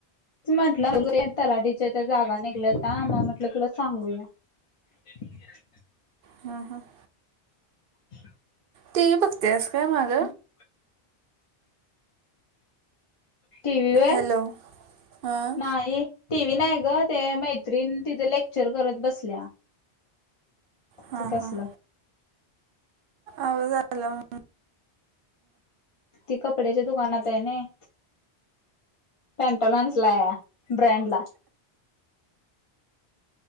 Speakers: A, on the left; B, on the right.
A: म्हटलं, ते तलाठीच्या त्या जागा निघल्याता म्हणून म्हटलं तुला सांगूया. <inaudible>
B: हां हां-
A: <inaudible>
B: टि व्ही बघत्यास काय माघ?
A: <inaudible> टि व्ही वय,
B: हॅलो हां
A: नाही. टी व्ही नाही ग ते मैत्रीण तिथ लेक्चर करत बसल्या-
B: हां
A: ते कसलं
B: हां आवाज आला -
A: ती कपड्याच्या दुकानात हायनायी. पॅन्टालाॅन्जला ब्रँड ला-